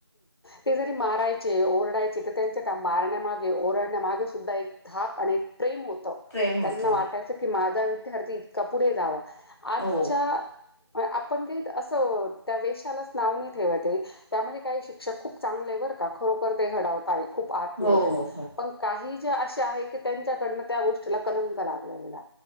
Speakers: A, on the left; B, in the centre.
A: ते जरी मारायचे ओरडायचे त्यांच्या मारण्या मागे ओरड ण्यामागे सुद्धा एक धाक आणि प्रेम होत
B: प्रेम होत
A: त्यांना
B: हो
A: वाटायचं की माझ विद्यार्थी इतका पुढे जावा आजच्या
B: हो
A: आपण काही असं त्या वेशालाच नाव नाही ठेवते त्यामध्ये काही श पेक्षा खूप चांगले बरं का खरोखर ते घडवता ये खुप आत्मीयते
B: हो
A: ने
B: हो हो
A: पण काही ष्ट अशी आहे, की त्यांच्याकडन त्या गोष्टीला कलंक लागला गेला.